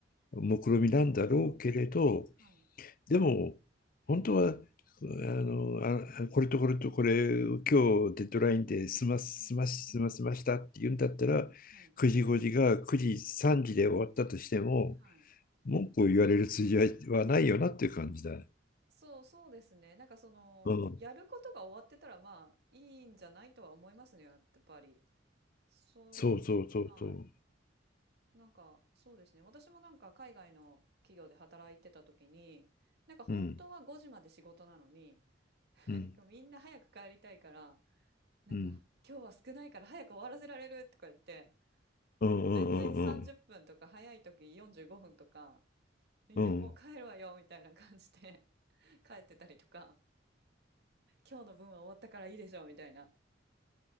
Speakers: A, on the left; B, on the right.
A: 目論見みなんだろうけれど、
B: はい。
A: でも、本当は、あの、あ、これとこれとこれを今日デッドラインで済ます、
B: うんうんうん。
A: 済ます、済ませましたって言うんだったら、
B: はい。
A: 9時5時が9時3時で終わったとしても、
B: はい。
A: 文句を言われる筋合いはないよなっていう感じだ。
B: そうそうですね。なんかそのやることが終わってたらまあいいんじゃないとは思いますね。
A: うん。
B: やっぱり。そう。
A: そうそうそうそ
B: はい。なんか、そうですね。私もなんか海外の企業で働いてた時に、なんか本当は5時まで仕事なのに、
A: う。うん。うん。
B: なんかみんな早く帰りたいから、なんか今日は少ないから早く終わらせられるとか言って、
A: うん。うん
B: 全然30分とか早い時45分とか、
A: うんうん
B: みんなもう帰るわよみたいな感じで
A: うんうん。
B: <laughs> 帰ってたりとか、今日の分は終わったからいいでしょうみたいな。